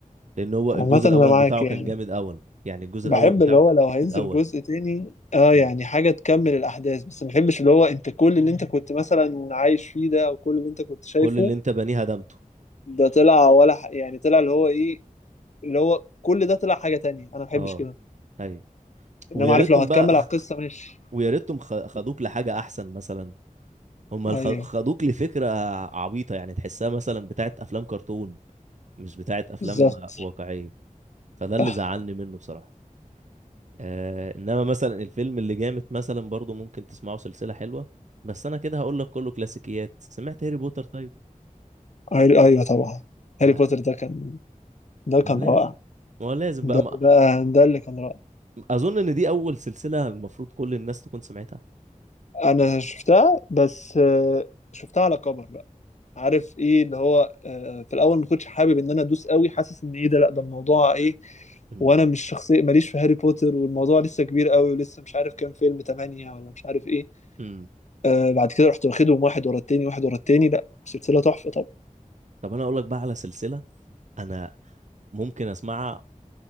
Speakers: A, on the right; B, on the left.
A: لان هو الجزء
B: عامة
A: الاول
B: انا معاك
A: بتاعه
B: يعني
A: كان جامد اول يعني الجزء
B: بحب
A: الاول بتاعه
B: اللي هو
A: كان
B: لو هينزل
A: جامد اول
B: جزء تاني اه
A: مم.
B: يعني حاجة تكمل الأحداث بس ما بحبش اللي هو انت كل اللي انت كنت مثلا عايش فيه ده او كل اللي انت كنت شايفه
A: كل اللي انت بنيه هدمته
B: ده طلع ولا ح... يعني طلع اللي هو ايه اللي هو كل ده طلع حاجة تانية انا ما بحبش
A: اه
B: كده
A: ايوه
B: انما
A: ويا
B: عارف
A: ريتهم
B: لو هتكمل
A: بقى
B: على القصة ماشي
A: ويا ريتهم خ- خدوك لحاجة أحسن مثلا هما
B: ايوه
A: الخ- خدوك لفكرة عبيطة يعني تحسها مثلا بتاعت أفلام كرتون مش بتاعت أفلام
B: بالظبط
A: واقعية فده اللي
B: صح
A: زعلني منه بصراحة آه إنما مثلا الفيلم اللي جامد مثلا برضو ممكن تسمعه سلسلة حلوة بس أنا كده هقول لك كله كلاسيكيات سمعت هاري بوتر طيب
B: أي- ايوه طبعا هاري
A: آه
B: بوتر ده كان ده
A: ما
B: كان
A: لازم
B: رائع
A: ما هو لازم
B: ده
A: بقى ما...
B: ده, ده اللي كان رائع
A: أظن إن دي أول سلسلة المفروض كل الناس تكون سمعتها
B: انا شفتها بس آه، شفتها على كبر بقى عارف ايه اللي هو آه، في الاول ما كنتش حابب ان انا ادوس قوي حاسس ان ايه ده لا ده الموضوع ايه
A: امم
B: وانا مش شخصيه ماليش في هاري بوتر والموضوع لسه كبير قوي ولسه مش عارف كام فيلم تمانية ولا مش عارف ايه
A: امم
B: آه بعد كده رحت واخدهم واحد ورا التاني واحد ورا التاني لا سلسله تحفه طب
A: طب أنا أقول لك بقى على سلسلة أنا ممكن أسمعها